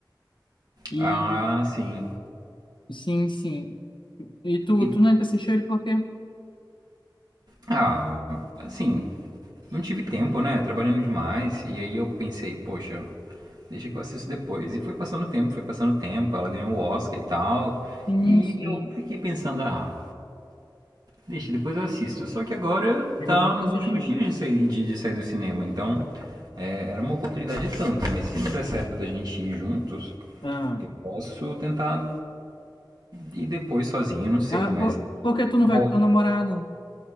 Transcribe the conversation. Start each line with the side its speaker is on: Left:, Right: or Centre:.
Left: E
Right: Ah, sim.
Left: sim, sim. E tu,
Right: E,
Left: tu nunca assistiu ele por quê?
Right: ah, assim, não tive tempo, né? Trabalhando demais. E aí eu pensei, poxa, deixa que eu assisto depois. E foi passando tempo, foi passando tempo. Ela ganhou o Oscar e tal.
Left: Sim,
Right: E
Left: sim.
Right: eu fiquei pensando, ah, deixa, depois eu assisto. Só que agora
Left: Acabou
Right: tá
Left: nunca
Right: nos
Left: assistindo.
Right: últimos dias de sair, de, de sair do cinema. Então, é, era uma oportunidade tanto. Mas se não der certo da gente ir juntos,
Left: Ah,
Right: eu posso tentar E depois sozinho, não sei,
Left: ah
Right: mas
Left: por, por que tu não
Right: uma
Left: vai
Right: outra.
Left: com tua namorada